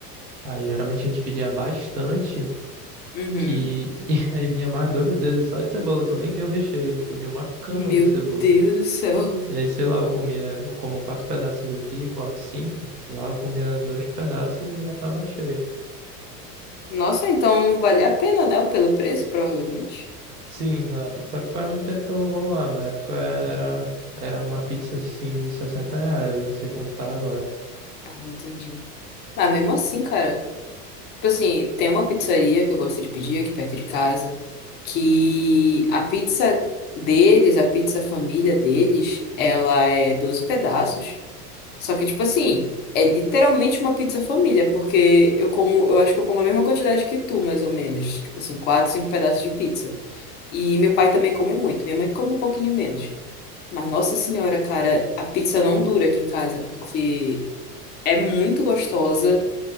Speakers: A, on the right (about 75°); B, on the left (about 25°).
A: Aí geralmente a gente pedia bastante.
B: Uhum.
A: que <laughs> e aí vinha mais dois dedos só de cebola, tu nem via o recheio, tu via uma cama
B: Meu
A: de cebola.
B: Deus do céu.
A: E aí, sei lá, eu comia, eu como quatro pedaços aqui, quatro, cinco, lá eu comia dois pedaços e já tava cheio.
B: Nossa, então vale a pena, né? Pelo preço, provavelmente.
A: Sim, na- só que faz muito tempo que eu não vou lá, na época era, era uma pizza assim de 60 reais, eu não sei quanto tá agora.
B: Ah, entendi. Ah, mesmo assim, cara. Tipo assim, tem uma pizzaria que eu gosto de pedir aqui perto de casa, que a pizza deles, a pizza família deles, ela é 12 pedaços. Só que, tipo assim, é literalmente uma pizza família, porque eu como, eu acho que eu como a mesma quantidade que tu, mais ou menos. Tipo assim, quatro, cinco pedaços de pizza. E meu pai também come muito, minha mãe come um pouquinho menos. Mas, nossa senhora, cara, a pizza não dura aqui em casa, porque é muito gostosa